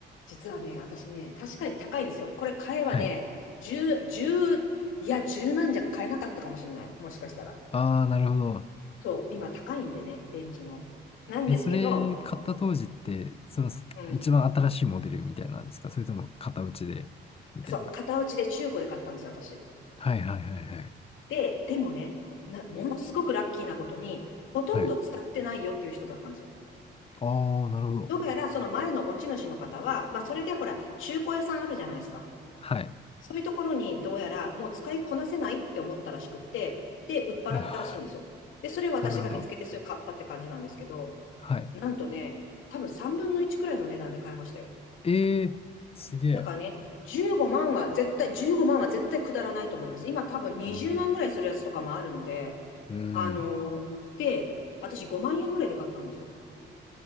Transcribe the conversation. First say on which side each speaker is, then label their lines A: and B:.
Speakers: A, on the left; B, on the left.
A: 実はね、私ね、確かに高いんですよ。これ買えばね、
B: はい。
A: 10、じゅういや、1万じゃ買えなかったかもしれない。もしかしたら。
B: ああ、なるほど。
A: そう、今高いんでね、レンジも。なんですけど、
B: え、それ買った当時って、そのす一番新しいモデルみたいなんですかそれとも型打ちで、
A: うん。
B: みたいな。
A: そう、型落ちで中古で買ったんですよ、私。
B: はいはいはいはい。
A: で、でもね、な、ものすごくラッキーなことに、ほとんど使ってないよっていう人だったんですよ。
B: はい。ああ、なるほど。
A: どうやらその前の持ち主の方は、まあそれでほら、中古屋さんあるじゃないですか。
B: はい。
A: そういうところにどうやらもう使いこなせないって思ったらしくって、で、売っ払ったらしいんですよ。
B: な、<laughs>
A: で、それを私が見つけてそれ買ったって感じなんですけど、
B: なるほど。はい。
A: なんとね、多分3分の1くらいの値段で買いましたよ。
B: ええすげえ。
A: だからね、15万は絶対、15万は絶対くだらないと思います。今多分20万ぐらいするやつとかもあるので、
B: うん。うん。
A: あのーで、私5万円ぐらいで買ったんですよ。